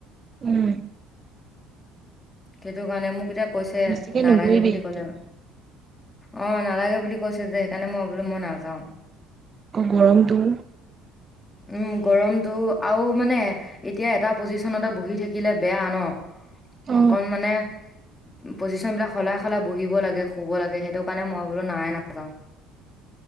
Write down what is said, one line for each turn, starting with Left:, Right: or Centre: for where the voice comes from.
Right: উম!
Left: সেইটোকাৰণে, মোক এতিয়া কৈছে,
Right: বেছিকে
Left: নালাগে
Right: নুঘূৰিবি
Left: বুলি
Right: এইকেইদিন।
Left: ক'লে। অ'! নালাগে বুলি কৈছে যে, সেইকাৰণে মই ভাবিলোঁ! মই মানে নাযাওঁ।
Right: আকৌ, গৰমটো।
Left: উম, গৰমটো! আৰু মানে, এতিয়া এটা পজিশনতে বহি থা কিলে বেয়া ন'!
Right: অ
Left: অকন মানে, পজিশনবিলাক সলাই-সলাই বহিব লাগে, শুব লাগে। সেইটো কাৰণে, মই বোলোঁ, নাই নাযাওঁ।